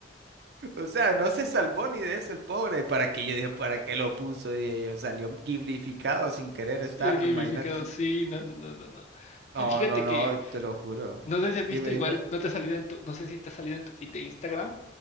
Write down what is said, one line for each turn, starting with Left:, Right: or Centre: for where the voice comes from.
Right: <laughs> o sea, no se salvó ni de eso el pobre, para qué yo dije, para qué lo puso y eh, salió Ghiblificado sin querer estarlo,
Left: El gamificado,
Right: imagina tú.
Left: sí, no, no, no, no, no.
Right: No,
Left: Fí- Fíjate
Right: no, no,
Left: que
Right: te lo juro.
Left: No sé si has visto,
Right: Dime,
Left: igual
Right: dime.
Left: no te ha salido en tu, no sé si te ha salido en tu feed de Instagram,